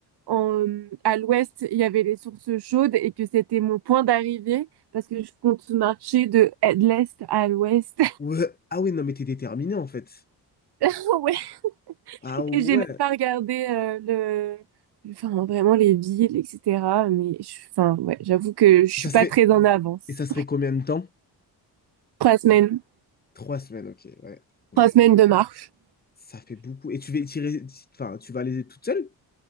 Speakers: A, on the right (about 80°); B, on the left (about 25°).
A: en- à l'ouest, il y avait les sources chaudes et que c'était mon point d'arrivée parce que je compte marcher de, de l'est à l'ouest.
B: Ouais. Ah oui, non, mais t'es déterminé en fait.
A: <laughs>
B: Ah ouais.
A: Et j'ai même pas regardé euh, le, enfin vraiment les villes, etc. Mais je- enfin ouais, j'avoue que je suis
B: Ça serait...
A: pas très en avance.
B: Et ça serait combien de temps?
A: Trois semaines,
B: Trois semaines, ok, ouais. Donc,
A: trois semaines de marche
B: ça fait beaucoup. Et tu vas tirer... Enfin, tu vas aller toute seule?